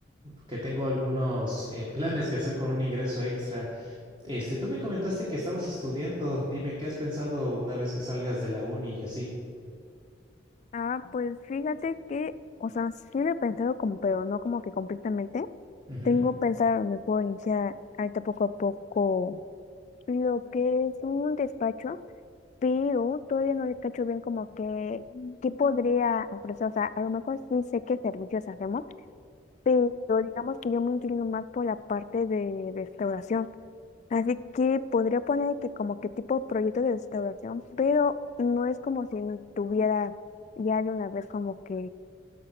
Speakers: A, on the right; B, on the left.
A: que tengo algunos eh, planes que hacer con un ingreso extra. Este, tú me comentaste que estabas estudiando. Dime, ¿qué has pensado una vez que salgas de la uni y así?
B: Ah, pues fíjate que, o sea, sí lo he pensado como, pero no como que completamente.
A: Ujú.
B: Tengo pensado, me puedo iniciar ahorita poco a poco lo que es un despacho, pero todavía no le cacho bien como que, ¿qué podría ofrecer? O sea, a lo mejor sí sé qué servicios hacemos, pero digamos que yo me inclino más por la parte de restauración. Así que podría poner que como que tipo proyecto de restauración, pero no es como si tuviera ya de una vez como que,